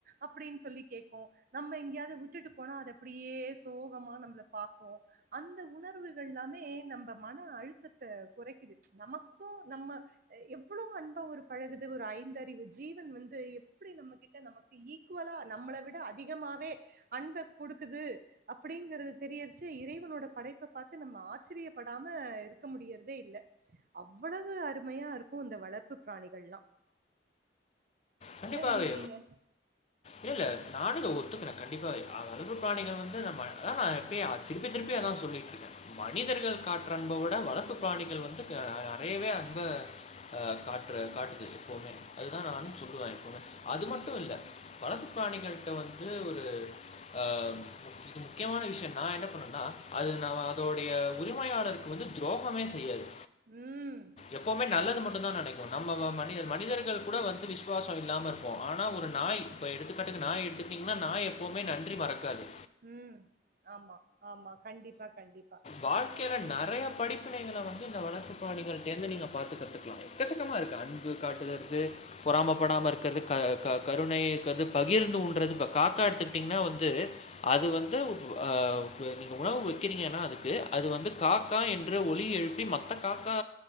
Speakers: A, on the right (about 45°); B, on the left (about 35°).
A: அப்டின் சொல்லி கேக்கு நம்ம எங்கியாவது விட்டுட்டுப் போனா அதப் அப்டியே சோகமா நம்ள பாக்கு அந்த உணர்வுகள் ல்லாமே நம்ப மன அழுத்தத்த கொறைக்கிது நமக்கு நம்ம அ எவ்ளவு அன்பா ஒருப் பழகுது ஒரு ஐந்தறிவு ஜீவன் வந்து எப்டி நம்ம கிட்ட நமக்கு ஈக்குவலா நம்மள விட அதிகமாவே அன்பக் குடுக்குது அப்டிங்கறது தெரியச்சு இறைவனோடப் படைப்ப பாத்து நம்ம ஆச்சரியப்படாம இருக்க முடியறதே இல்ல அவ்ளவு அருமையா இருக்கு இந்த வளர்ப்புப் பிராணிகள்லா
B: கண்டிப்பாவே
A: நினைக்கிறீங்க
B: இல்ல இல்ல நானு இத ஒத்துக்கற கண்டிப்பா அ அழகுப் பிராணிகள் வந்து நம்ம அதா நா எப்பயே திருப்பி திருப்பி அதா சொல்லிட்ருக்கே மனிதர்கள் காற்ற அன்ப விட வளர்ப்புப் பிராணிகள் வந்து க அறையவே அன்ப அ காட்ற காட்டுது எப்பவுமே அதுதா நானு சொல்லுவே அது மட்டு இல்ல வளர்ப்பு பிராணிகள்ட்ட வந்து ஒரு அ இது முக்கியமான விஷ்யோ நா என்னப் பண்ணனா அது நம் அதோடைய உரிமையாளருக்கு வந்து துரோகமே செய்யாது
A: ம்
B: எப்பவுமே நல்லது மட்டுந்தா நெனைக்கு நம்ம ம மனிதர் மனிதர்கள் கூட வந்து விஷ்வாச் இல்லாம இருப்போ ஆனா ஒரு நாய் இப்ப எடுத்துக்காட்டுக்கு நாய் எடுத்துக்ட்டீங்னா நாய் எப்பவுமே நன்றி மறக்காது
A: ம் ஆமா ஆமா கண்டிப்பா கண்டிப்பா
B: வாழ்க்கைல நெறையப் படிப்பினைகள வந்து இந்த வளர்ப்புப் பிராணிகள்ட்டேந்து நீங்க பாத்து கத்து எக்கச்சக்கமா இருக்கு அன்பு காட்டுலறது பொறாமப்படாம இருக்கறது க க கருணை இருக்கறது பகிர்ந்து உண்றது இப்ப காக்கா எடுத்துக்கிட்டீங்னா வந்து அது வந்து அ <unintelligible> உணவு வக்கிறீங்கன்னா அதுக்கு அது வந்து காக்கா என்று ஒலி எழுப்பி மத்தக் காக்கா